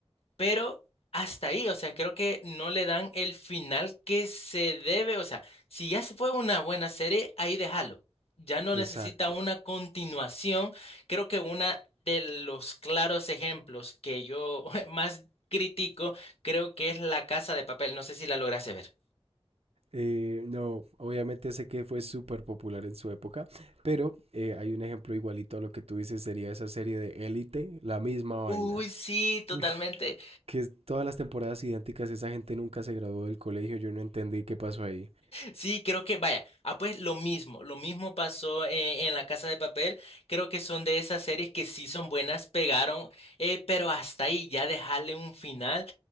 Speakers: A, on the left; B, on the right.
A: pero hasta ahí, o sea, creo que no le dan el final que se debe, o sea, si ya se fue una buena serie, ahí déjalo. Ya no
B: Exacto.
A: necesita una continuación. Creo que una de los claros ejemplos que yo <laughs> más critico, creo que es La Casa de Papel. No sé si la lograste ver.
B: Eh, no, obviamente sé que fue súper popular en su época, pero eh, hay un ejemplo igualito a lo que tú dices, sería esa serie de Élite, la misma vaina.
A: Uy, sí, totalmente.
B: Ush, que todas las temporadas idénticas, esa gente nunca se graduó del colegio, yo no entendí qué pasó ahí.
A: Sí, creo que, vaya, ah, pues lo mismo, lo mismo pasó eh, en, La Casa de Papel, creo que son de esas series que sí son buenas, pegaron, eh, pero hasta ahí ya dejarle un final,